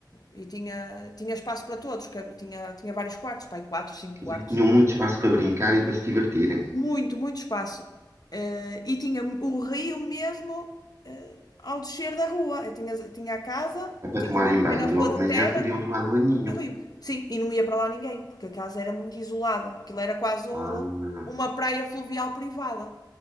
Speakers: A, on the left (about 55°); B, on the right (about 40°).
A: e tinha, tinha espaço para todos, que tinha, tinha vários quartos, pai, quatro, cinco
B: Quer
A: quartos,
B: dizer, que tinham muito espaço para brincar e para se divertirem.
A: muito, muito espaço. Eh, e tinha o rio mesmo, eh, ao descer da rua, Eu tinha, tinha a casa,
B: Era Para
A: tinha
B: tomarem
A: uma pequena
B: banho.
A: rua
B: Logo
A: de
B: de manhã
A: terra
B: podiam tomar um banhinho.
A: e o rio. Sim, e não ia para lá ninguém, porque a casa era muito isolada, aquilo era quase um-
B: Ah,
A: uma praia fluvial privada.